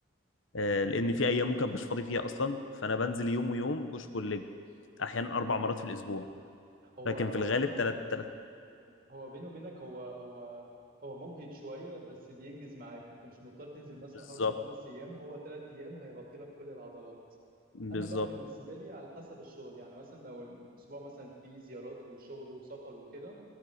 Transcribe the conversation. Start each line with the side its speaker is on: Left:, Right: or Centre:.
Left: آه، لان في ايام ممكن مش فاضي فيها اصلا فانا بنزل يوم ويوم بوش بول ليج احيانا اربع
Right: امم
Left: مرات في الاسبوع
Right: هو
Left: لكن في
Right: هو
Left: الغالب
Right: بيني وبينك
Left: ثلاث ثلاث
Right: هو بيني وبينك هو هو هو مجهد شوية بس بينجز معاك انت مش مضطر تنزل مثلا
Left: بالظبط
Right: اربع خمس ايام هو ثلاث ايام هيغطي لك كل العضلات
Left: بالظبط
Right: انا بقى بالنسبه لي على حسب الشغل يعني مثلا لو الاسبوع مثلا فيه زيارات وشغل وسفر وكده